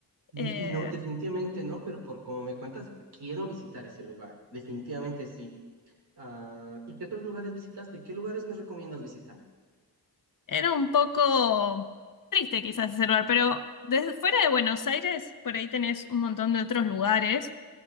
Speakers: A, on the right; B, on the left.
A: N-
B: eh,
A: No, definitivamente no, pero por como me cuentas, quiero visitar ese lugar. Definitivamente sí. Ah, ¿y qué otros lugares visitaste? ¿Qué lugares me recomiendas visitar?
B: era un poco triste quizás ese lugar, pero desde fuera de Buenos Aires, por ahí tenés un montón de otros lugares